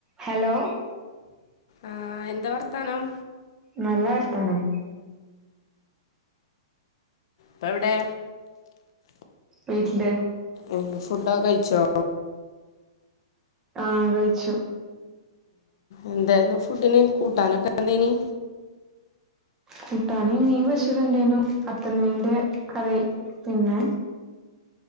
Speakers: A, on the right (about 20°); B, on the left (about 60°).
A: Hello.
B: ആഹ് എന്താ വർത്താനം?
A: നല്ല വർതാനം.
B: പ്പോ എവടെ?
A: വീട്ടില്.
B: ഉം ഫുഡൊക്കെ കയിച്ചോ?
A: ആഹ് കയി ച്ചു.
B: എന്താര്ന്നു ഫുഡിന് കൂട്ടാനൊക്കെ എന്തേനി?
A: കൂട്ടാന് മീൻ പൊരിച്ചത് ണ്ടായിന്നു വെതൾ മീനിന്റെ കറി. പിന്നെ.